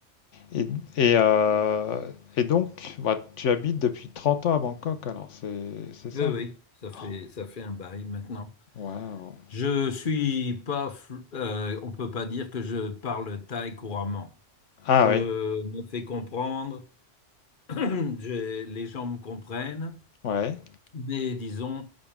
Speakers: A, on the left (about 80°); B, on the left (about 45°).
A: Et, et, euh, et donc, bah, tu habites depuis 30 ans à Bangkok, alors c'est c'est ça?
B: Oui, oui, ça fait,
A: Oh,
B: ça fait un bail maintenant.
A: Waouh.
B: Je suis pas, fl- euh, on peut pas dire que je parle thaï couramment.
A: Ah
B: Je
A: oui,
B: me fais comprendre, <clears throat> je- les gens me comprennent,
A: ouais,
B: mais disons,